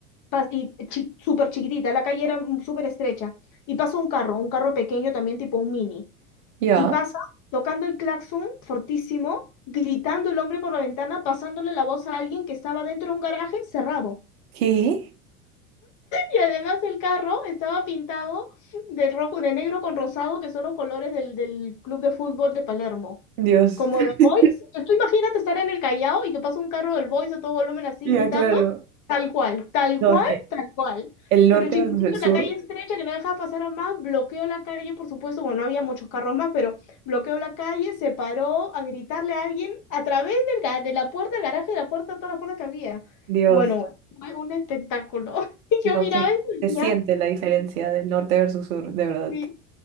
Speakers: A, on the left (about 45°); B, on the right (about 70°).
A: pas- y chi- súper chiquitita, la calle era mm, súper estrecha, y pasa un carro, un carro pequeño también tipo un mini,
B: ya.
A: y pasa tocando el claxon fortísimo, gritando el hombre por la ventana, pasándole la voz a alguien que estaba dentro de un garaje cerrado.
B: ¿Qué?
A: Y además el carro estaba pintado de rojo, de negro con rosado, que son los colores del, del club de fútbol de Palermo.
B: Dios.
A: Como
B: <laughs>
A: de Boys. Tú tú imagínate estar en el Callao y que pasa un carro del Boys a todo volumen así
B: Ya,
A: gritando.
B: claro.
A: Tal cual, tal
B: No,
A: cual,
B: es que
A: tal cual.
B: el norte
A: Pero chiquitito,
B: versus el sur,
A: la calle estrecha que no dejaba pasar a más, bloqueó la calle, por supuesto, bueno, no había muchos carros más, pero bloqueó la calle, se paró a gritarle a alguien a través del, ga- de la puerta del garaje, de la puerta, todas las puertas que había.
B: Dios,
A: Bueno, bueno, fue un espectáculo. Y
B: no,
A: yo miraba
B: sí,
A: eso y
B: se siente
A: ya,
B: la diferencia del norte versus sur, de verdad,
A: sí,